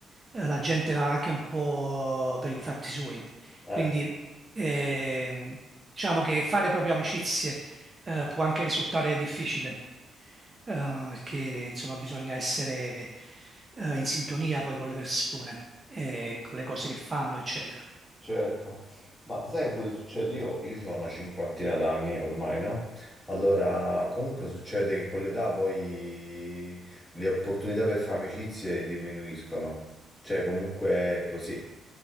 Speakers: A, on the right; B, in the centre.
A: eh, la gente va anche un po' per i fatti suoi.
B: Eh.
A: Quindi ehm, diciamo che fare proprio amicizie eh, può anche risultare difficile, eh, perché insomma bisogna essere eh, in sintonia poi con le persone, e con le cose che fanno, eccetera.
B: Certo, ma sai che pure succede? Io, io ho una cinquantina d'anni ormai, no? Allora, comunque succede che con l'età poi le opportunità per fare amicizie diminuiscono. Cioè, comunque è così.